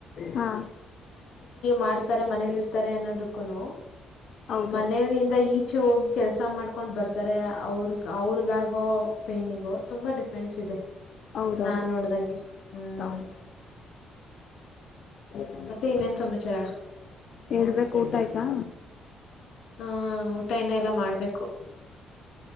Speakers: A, on the left; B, on the left.
A: ಹಾ
B: ಮಾಡ್ತಾರೆ ಮನೇಲಿ ಇರ್ತಾರೆ ಅನ್ನೋದಕ್ಕೂನು.
A: ಹೌದು
B: ಮನೆಯಿಂದ ಈಚೆ ಹೋಗಿ ಕೆಲ್ಸ ಮಾಡ್ಕೊಂಡ್ ಬರ್ತಾರೆ ಅವರು. ಅವ್ರಿಗಾಗೋ ಪೈನಿಗೋ. ತುಂಬಾ ಡಿಫ್ರೆನ್ಸ್ ಇದೆ
A: ಹೌದೌದು
B: ನಾನ್ ನೋಡ್ದಂಗೆ ಹ್ಮ್
A: ಹೌದು <inaudible>
B: ಮತ್ತೆ ಇನ್ನೇನ್ ಸಮಾಚಾರ
A: ಹೇಳ್ಬೇಕು ಊಟ ಆಯ್ತಾ.
B: ಹ್ಮ ಊಟ ಇನ್ನ ಎಲ್ಲಾ ಮಾಡ್ಬೇಕು